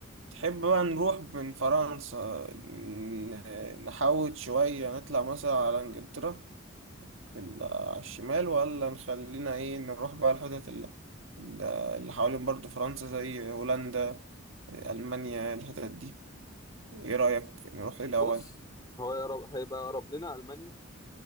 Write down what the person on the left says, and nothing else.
بص هو يقرب هيبقى اقرب لنا المانيا